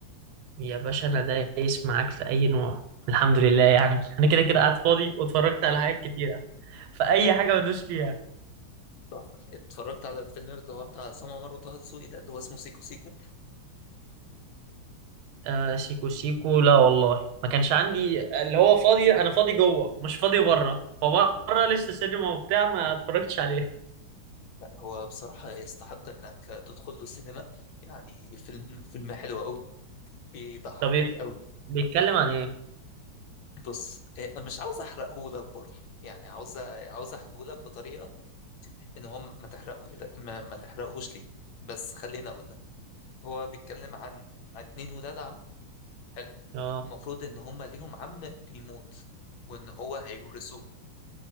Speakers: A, on the right; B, on the left.
A: يا باشا انا دايس معاك في اي نوع الحمد لله يعني انا كده كده قاعد فاضي واتفرجت على حاجات كتيرة فاي حاجة بدوس فيها
B: تحفة. اتفرجت على الفيلم اللي هو بتاع عصام عمر وطه دسوقي ده اللي هو اسمه سيكو سيكو
A: آه سيكو سيكو لا والله ما كانش عندي اللي هو فاضي انا فاضي جوه مش فاضي بره فبره لسه سينما وبتاع ما اتفرجتش عليه
B: لا هو بصراحه يستحق انك تدخل له السينما يعني فيلم فيلم حلو قوي بيضحك
A: طب إيه؟
B: قوي
A: بيتكلم عن ايه
B: بص آه، مش عاوز احرقهولك برضه يعني عاوز عاوز احكيهولك بطريقه ان هم ما تحرقه ما, ما تحرقهوش ليك بس خليني اقول لك هو بيتكلم عن عن اتنين ولاد عم حلو
A: اه
B: المفروض ان هم ليهم عم بيموت وان هو هيورثوه